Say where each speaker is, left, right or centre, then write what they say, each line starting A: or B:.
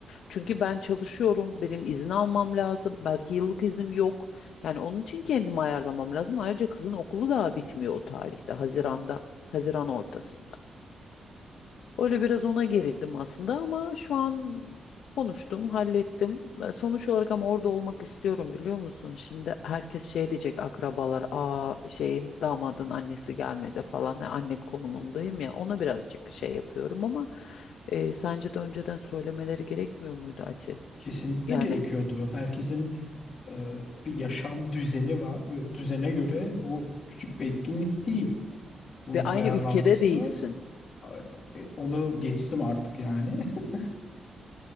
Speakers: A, on the left; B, on the left.
A: Çünkü ben çalışıyorum. Benim izin almam lazım. Belki yıllık iznim yok. Yani onun için kendimi ayarlamam lazım. Ayrıca kızın okulu daha bitmiyor o tarihte. Haziran'da. Haziran ortasında. Öyle biraz ona gerildim aslında ama şu an konuştum, hallettim. Ben Sonuç olarak ama orada olmak istiyorum biliyor musun? Şimdi herkes şey diyecek akrabalar, aa şeyin damadın annesi gelmedi falan. Yani anne konumundayım ya ona birazcık şey yapıyorum ama e, sence de önceden söylemeleri gerekmiyor muydu Ati?
B: Kesinlikle
A: Yani
B: gerekiyordu. Herkesin e, bir yaşam düzeni var ve o düzene göre bu küçük bir etkinlik değil. Bunun
A: ve aynı
B: ayarlanması
A: ülkede değilsin.
B: lazım. A- e, Onu geçtim artık yani. <laughs>